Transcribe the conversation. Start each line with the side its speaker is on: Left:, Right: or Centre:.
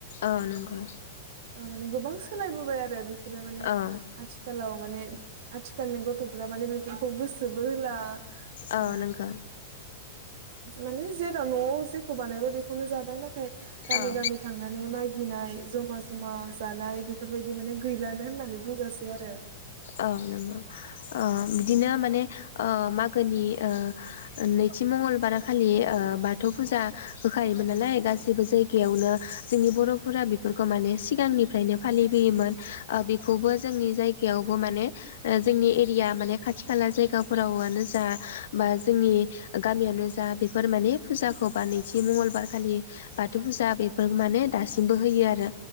Left: ओ नोंगौ
Right: ओ माने गोबां सोलायबोबाय आरो बेफोरो माने
Left: औ
Right: आथिखालाव माने आथिखालनि गथ'फोरा माने बेफोरखौ गोसोबो होला ओ
Left: औ नंगौ
Right: माने जेराव न'आव जेखौ बानायबाय बेखौनो जाबाय नाथाय गामि
Left: औ
Right: गामि थांनानै मागिनाय जमा जमा जानाय बेफोरबायदि माने गैलानो होननानै बुंजासै आरो।
Left: औ नांगौ ओ बिदिनो माने ओ मागोनि ओ नैथि मंगलबार खालि ओ बाथौ फुजा होखायोमोन नालाय गासैबो जायगायावनो जोंनि बर'फोरा बेफोरखौ माने सिगांनिफ्रायनो फालिबोयोमोन ओ बेखौबो जोंनि जायगायावबो माने ओक्षजोंनि एरिया माने खाथि खाला जायगाफोरावनो जा बा जोंनि गामियावनो जा बेफोर माने फुजाखौ बा नैथि मंगलबार खालि बाथौ फुजा बेफोर माने दासिमबो होयो आरो।